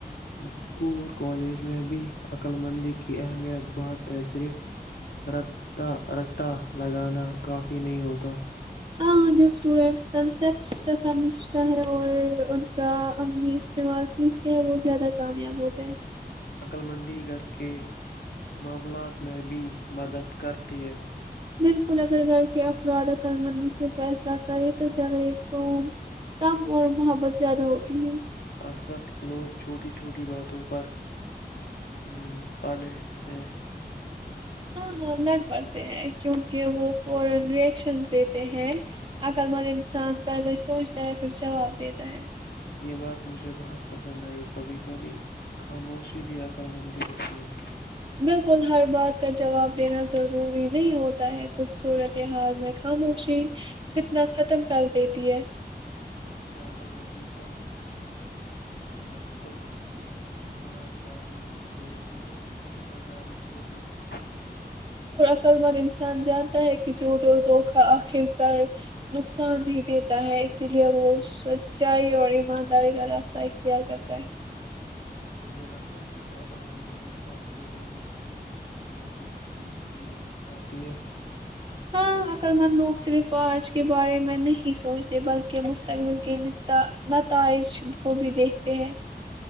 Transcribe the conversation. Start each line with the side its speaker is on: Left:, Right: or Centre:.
Left: اسکول اور کالج میں بھی عقلمندی کی اہمیت بہت ہے صرف رتا رٹا لگانا کافی نہیں ہوتا
Right: ہاں ہاں جو اسٹوڈینٹس کنسپٹس کا سمجھتا ہے اور ان کا عملی استعمال سیکھتے ہیں وہ زیادہ کامیاب ہوتا ہے
Left: عقلمندی گھر کے معاملات میں بھی مدد کرتی ہے
Right: بالکل اگر گھر کے افراد عقل مندی سے فیصلہ کرے تو جگڑے کووم کم اور محبت زیادہ ہوتی ہے
Left: اکثر لوگ چھوٹی چھوٹی باتوں پر ا پڑھے ہیں
Right: <unintelligible>
Left: یہ بات مجھے بہت پسند آئی کبھی کبھی خاموشی بھی عکر مندی ہوتی ہے
Right: بالکل ہر بات کا جواب دینا ضروری نہیں ہوتا ہے کچھ صورج ف حال میں خ موشی فتنا ختم کر دیتی ہے
Left: کیا عقللمندی کا مقل ایمداری سے بھی ہے ایمانداری سے بھی ہے
Right: نقل وند انسان جانتا ہے کہ چوٹ اور دوکھا آخر پر نقصان ہی دیتا ہے اسی لیے وہ سچائی اور ایمانداری کا راستہ اختیار کرتا ہے
Left: مجھے لگتا ہے کہ عقل مندی انسان کو دور اندچی بھی سکھاتی ہے
Right: ہاں عقل مند لوگ صرف آج کے بارے میں نہیں سوچتے بلکہ مستقبل کے نتائج کو بھی دیکھتے ہیں